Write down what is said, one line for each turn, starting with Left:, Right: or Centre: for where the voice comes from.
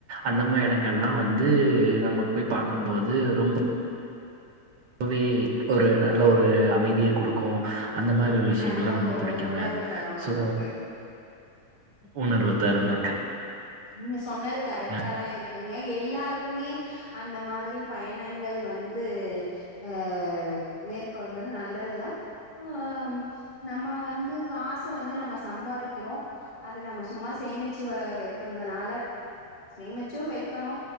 Right: அந்த மாரி இடங்கள்லா வந்து நம்ம போய் பாக்குபோது ரொம்ப அப்பவே ஒரு நல்ல ஒரு அமைதிய குடுக்கு அந்த மாரி
Left: ஓ
Right: ஒரு விஷயங்கள்லா
Left: நல்ல
Right: ரொம்ப
Left: ஒரு
Right: புடிக்குங்க
Left: உணர்வு தரு நம்மளுக்கு.
Right: சோ உணர்வு தருங்க
Left: நீங்க சொன்னது கரெக்ட்டாதா
Right: ந
Left: இருக் இருக்குங்க எல்லாருக்குமே அந்த மாதிரி பயணங்கள் வந்து ஆ மேற்கொள்றது நல்லதுதா ஆ நம்ம வந்து காச வந்து நம்ம சம்பாரிக்கிறோ அத நம்ம சும்மா சேமிச்சு வைக்கறதுனால சேமிச்சு வக்கணு